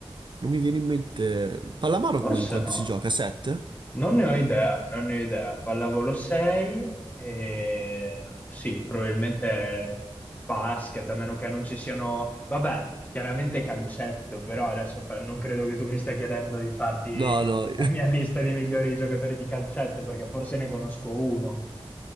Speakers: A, on the right; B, on the left.
A: Non mi viene in mente. Pallamano
B: forse
A: co- in quanti
B: no,
A: si gioca? 7?
B: non ne ho idea, non ne ho idea. Pallavolo 6 e sì, probabilmente basket, a meno che non ci siano... Vabbè, chiaramente calcetto, però adesso fa- non credo che tu mi stia chiedendo di farti
A: No, no,
B: la mia lista di migliori giocatori di calcetto, perché forse ne conosco uno.